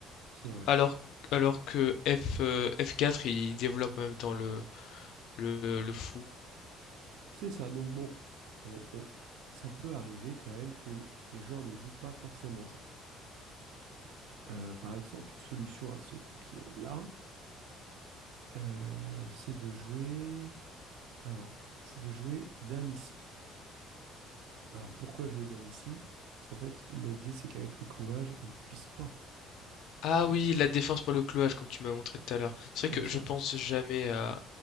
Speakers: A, on the right; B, on the left.
A: c'est vrai.
B: alors alors que F euh, F4 il développe en même temps le le, le fou.
A: C'est ça. Donc bon, on- on- ça peut arriver quand même que l- les joueurs ne jouent pas forcément ça. Euh, par exemple, une solution à ce coup qui est là, euh, c'est de jouer. Alors, c'est de jouer dame ici. Alors pourquoi jouer dame ici? Parce qu'en fait, l'idée c'est qu'avec le clouage, on ne puisse pas
B: Ah
A: ré-
B: oui, la défense par le clouage comme tu m'as montré tout à l'heure. C'est
A: comme
B: vrai
A: ça.
B: que je pense jamais à